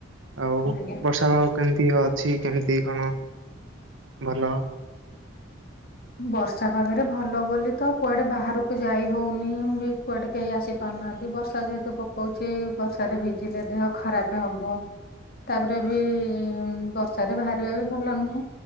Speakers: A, on the right; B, on the left.
A: ଆଉ
B: ଆଜ୍ଞା।
A: ବର୍ଷା ପାଗ କେମିତି ଅଛି କେମିତି କଣ। ଭଲ।
B: ବର୍ଷା ପାଗରେ ଭଲ ବୋଲି ତ କୁଆଡେ ବାହାରକୁ ଯାଇ ହଉନି ବି କୁଆଡେ କେହି ଆସିପାରୁନ। ନାହାନ୍ତି ବର୍ଷା ଯେହେତୁ ପକଉଛି ବର୍ଷାରେ ଭିଜିଲେ ଦେହ ଖରାପ ହବ। ତାପରେ ବି ବର୍ଷାରେ ବାହାରିବା ବି ଭଲ ନୁହଁ।